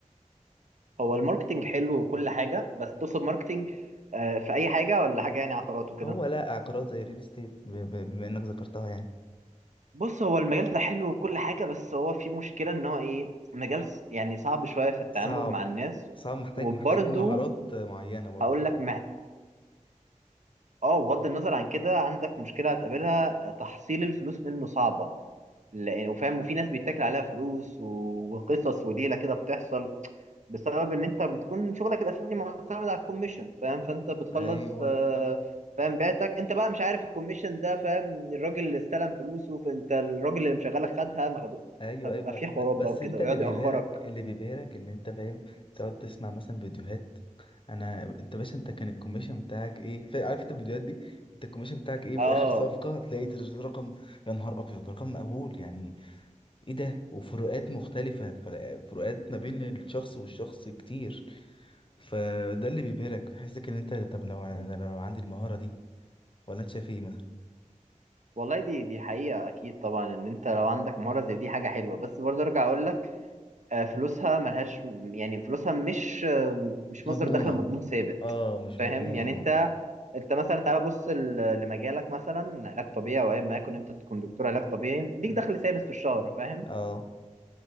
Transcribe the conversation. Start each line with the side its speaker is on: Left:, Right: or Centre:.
Right: هو الماركتنج حلو وكل حاجه بس تقصد ماركتنج آه، في اي حاجه ولا حاجه يعني عقارات وكده
Left: هو لا عقارات زي الريل استيت ب- ب- بما انك ذكرتها يعني
Right: بص هو المجال ده حلو وكل حاجه بس هو في مشكله ان هو ايه مجال س- يعني صعب شويه في التعامل
Left: صعب
Right: مع الناس
Left: صعب محتاج
Right: وبرده
Left: محتاج مهارات معينة برضه
Right: هقول لك اه بغض النظر عن كده عندك مشكلة هتقابلها تحصيل الفلوس منه صعبة لأن وفاهم وفي ناس بيتاكل عليها فلوس و- وقصص وليلة كده بتحصل بسبب إن أنت بتكون شغلك الأساسي معتمد على الكوميشن فاهم فأنت بتخلص
Left: ايوه
Right: آه، فاهم بعتك أنت بقى مش عارف الكوميشن ده فاهم الراجل اللي استلم فلوسه فأنت الراجل اللي مشغلك خدها مخدوع
Left: ايوه
Right: فبيبقى
Left: ايوه
Right: في
Left: لا،
Right: حوارات
Left: بس
Right: بقى وكده
Left: انت
Right: ويقعد
Left: اللي بيبهرك
Right: يأخرك
Left: اللي بيبهرك ان انت فاهم تقعد تسمع مثلا فيديوهات انا انت باشا انت كان الكوميشن بتاعك ايه ف- عارف انت الفيديوهات دي انت الكوميشن بتاعك ايه
Right: اه
Left: في اخر صفقة هتلاقي تر- رقم يا نهار ابيض رقم مقبول يعني ايه ده وفروقات مختلفة فرق- فروقات ما بين الشخص والشخص كتير فده اللي بيبهرك يحسسك ان انت طب لو ده لو عندي المهارة دي ولا انت شايف ايه مثلا
Right: والله دي دي حقيقة أكيد طبعا إن أنت لو عندك مهارة زي دي حاجة حلوة بس برضه أرجع أقول لك آه، فلوسها ملهاش يعني فلوسها مش آه، مش
Left: مضمونة
Right: مصدر دخل مضمون ثابت
Left: اه مش
Right: فاهم
Left: مضمونة
Right: يعني
Left: اه
Right: انت انت مثلا تعالى بص ل- لمجالك مثلا علاج طبيعي او ايا ما يكن انت تكون دكتور علاج طبيعي ليك
Left: مم.
Right: دخل ثابت في الشهر فاهم
Left: اه